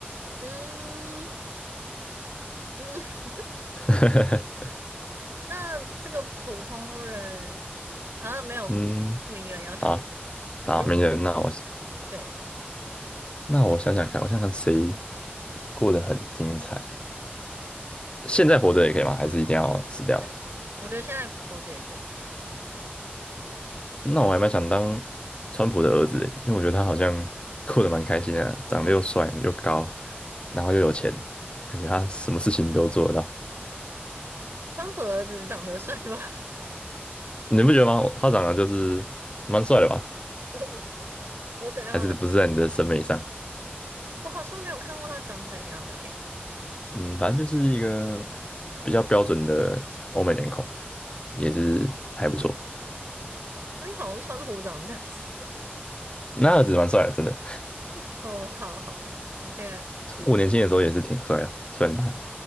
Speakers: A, on the right; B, on the left.
A: 嗯嗯，<laughs>
B: <laughs>
A: 那这个普通人好像没有名人要选一个
B: 嗯，好，好，
A: 如果你
B: 名人，那我
A: 对
B: 那我想想看，我想想谁过得很精彩，现在活着也可以吗？还是一定要死掉？
A: <laughs>，那我觉得现在活着也可以。
B: 那我还蛮想当川普的儿子的，因为我觉得他好像过得蛮开心的，长得又帅又高，然后又有钱，感觉他什么事情都做得到，
A: 川普的儿子长得帅吗？
B: 你不觉得吗？他长得就是蛮帅的吧？
A: <laughs> 我我等一下来，
B: 还是不是在你的审美上？
A: 我好像没有看过他长怎样诶、
B: 嗯，反正就是一个比较标准的欧美脸孔，也是还不错。
A: 我就想说川普长这样子。
B: 那儿子蛮帅的，真的。
A: <laughs> 哦，好好，OK，
B: 我年轻的时候也是挺帅的，虽然他